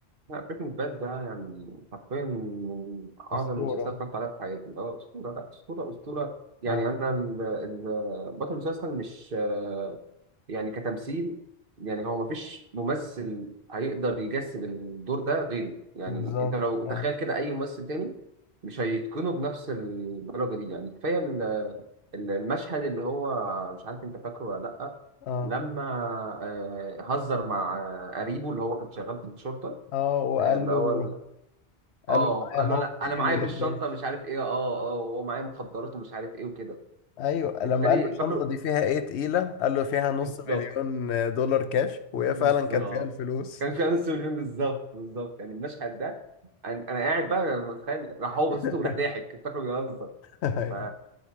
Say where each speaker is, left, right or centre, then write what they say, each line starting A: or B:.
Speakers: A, on the right; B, on the left.
A: لا بريكنج باد ده يعني حرفيا من أعظم
B: أسطورة
A: المسلسلات اتفرجت عليها في حياتي أه أسطورة لا أسطورة أسطورة يعني
B: اه
A: أنا ال- ال- بطل المسلسل مش آه، يعني كتمثيل يعني هو مفيش ممثل هيقدر يجسد الدور ده غيره يعني
B: بالظبط
A: أنت لو تخيل
B: اه
A: كده أي ممثل تاني مش هيتقنه بنفس الدرجة دي يعني كفاية ال- ال- المشهد اللي هو مش عارف أنت فاكره ولا لأ
B: اه
A: لما آه، هزر مع آه، قريبه اللي هو كان شغال في الشرطة
B: اه وقال
A: اللي
B: له
A: هو ال-
B: قال
A: اه
B: له معايا
A: قال له
B: هاف
A: انا انا
B: مليون
A: معايا
B: اللي
A: في الشنطه
B: كاش
A: مش عارف ايه اه اه وهو معايا مخدرات ومش عارف ايه وكده
B: ايوه
A: التاني
B: لما قال له الشنطة
A: فاكره
B: دي فيها ايه تقيلة قال له فيها نص
A: بالظبط
B: مليون دولار كاش وهي
A: بالظبط
B: فعلا كان فيها الفلوس
A: كان فيها نص مليون بالظبط بالظبط يعني المشهد ده انا أنا قاعد بقى انا متخيل راح هو
B: <laughs>
A: باصص له وراح ضاحك فاكره بيهزر
B: أيوة.
A: ف...